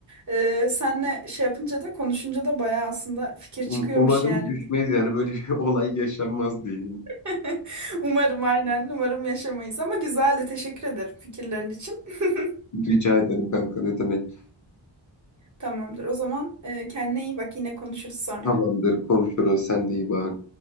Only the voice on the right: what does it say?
e, senle şey yapınca da konuşunca da bayağı aslında fikir çıkıyormuş
yani.
<laughs> Umarım aynen umarım yaşamayız ama güzeldi teşekkür ederim fikirlerin için. <laughs>
Tamamdır. O zaman e, kendine iyi bak. Yine konuşuruz sonra.